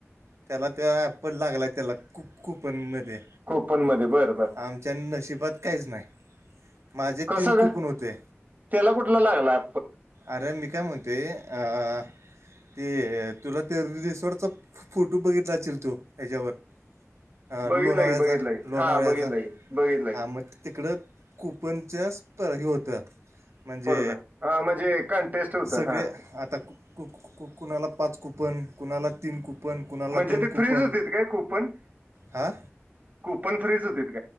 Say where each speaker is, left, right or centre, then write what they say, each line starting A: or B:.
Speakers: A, on the right; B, on the right.
A: त्याला त्या ॲपल लागलाय त्याला, कूप कूपनमध्ये,
B: कोपन मध्ये बर बर
A: आमच्या नशिबात काहीच नाही. माझे
B: कसं
A: तीन
B: ग
A: कुपून होते.
B: त्याला कुठला लागलाय?
A: आर मी काय म्हणतोय, अ ते तुला ते रिसॉर्टचा फोटो बघितला अशील तू ह्याच्यावर अ
B: बघितलं
A: लोणावळ्याचा,
B: की बघितलं की
A: लोणावळ्याचा
B: हा बघितलं की बघितलं की
A: हा म तिकडं. कुपनच्या स्प हे होत म्हणजे,
B: परदा हा म्हणजे कंटेस्ट होतं
A: सगळे
B: हा
A: आता कु कुणाला पाच कुपन, कुणाला तीन कुपन, कूपन कुणाला
B: म्हणजे
A: दोन
B: ते
A: कूपन.
B: फ्रीज होतीत काय कुपन
A: हा.
B: कुपन फ्रीज होतीत काय